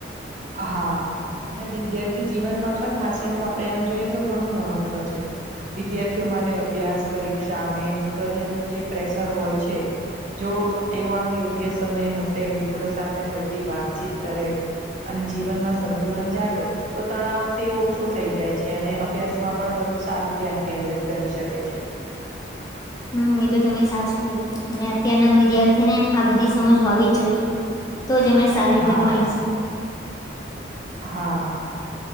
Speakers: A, on the right; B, on the left.
A: હા અને વિદ્યાર્થી જીવનમાં પણ હાસ્યનું આપડે એમ જોઈએ તો ઘણું મહત્વ છે. વિદ્યાર્થીઓ માટે અભ્યાસ પરીક્ષા અને કરિયર નું જે પ્રેશર હોય છે. જો તેઓ આમ યોગ્ય સમય હશે મિત્રો સાથે હળવી વાતચીત કરે અને જીવન માં સંતુલન જાળવે તો તણાવ તે ઓછો થઈ જાય છે અને અભ્યાસમાં પણ વધુ સારું ધ્યાન કેન્દ્રિત કરી શકે છે.
B: હમ્મ એ તો તમે સાચું કીધો અને અત્યારના વિદ્યાર્થી ને આ બધી સમજ હોવી જ જોઈએ. તો જ એમણે સારી રીતે
A: હા
B: ભણી શકે
A: હા.